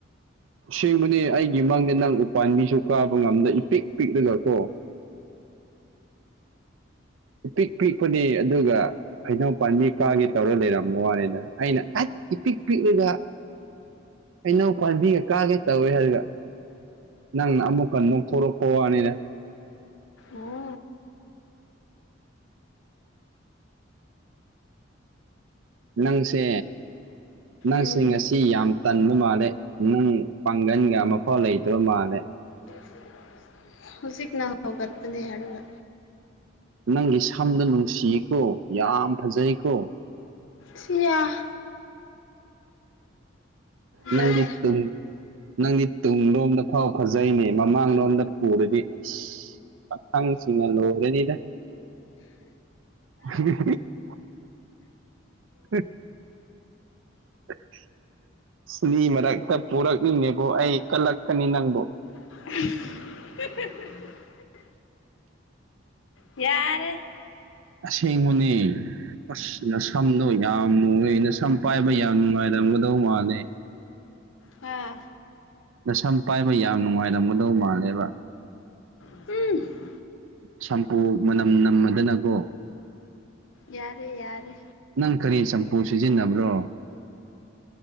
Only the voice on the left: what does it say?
ꯑꯣ
ꯎꯝ
<unintelligible> <inaudible> ꯍꯧꯖꯤꯛꯅ ꯍꯧꯒꯠꯄꯅꯦ ꯍꯥꯏꯔꯒ
ꯁꯤꯌꯥ <unintelligible>
ꯌꯥꯗꯦ
<unintelligible> ꯌꯥꯔꯦ
ꯍꯥ
<unintelligible>
ꯌꯥꯔꯦ ꯌꯥꯔꯦ